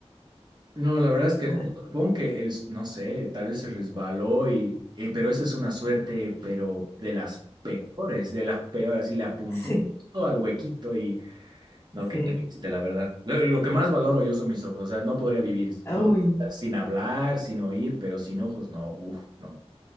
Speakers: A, on the right; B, on the left.
A: no, la verdad es que
B: O sea,
A: yo supongo que el, no sé, tal vez se resbaló y, eh, pero esa es una suerte, pero de las peores, de las peores, y le apuntó
B: <laughs>
A: justo
B: sí,
A: al huequito No, qué
B: sí.
A: triste, la verdad. Lo, lo que más valoro yo son mis ojos. O sea, no podría vivir.
B: Uy,
A: Podría estar sin hablar, sin oír, pero sin ojos, no. Uf, no.